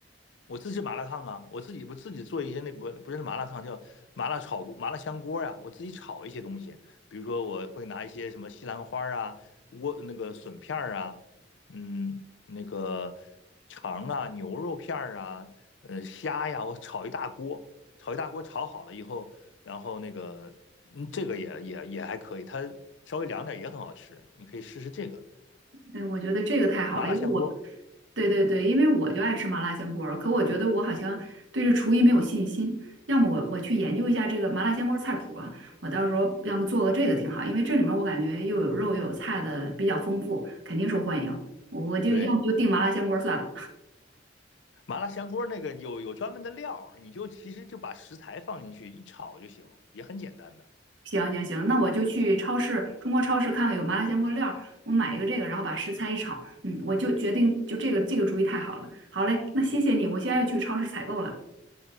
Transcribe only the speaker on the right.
对，我觉得这个太好了，
因为我，对对对，因为我就爱吃麻辣香锅儿，可我觉得我好像对这厨艺没有信心。要么我我去研究一下这个麻辣香锅儿菜谱吧，我到时候要么做个这个挺好，因为这里面我感觉又有肉又有菜的，比较丰富，肯定受欢迎。我我就要么就订麻辣香锅儿算了。
行行行，那我就去超市，中国超市看看有麻辣香锅料儿，我买一个这个，然后把食材一炒，嗯，我就决定就这个这个主意太好了。好嘞，那谢谢你，
我现在要去超市采购了，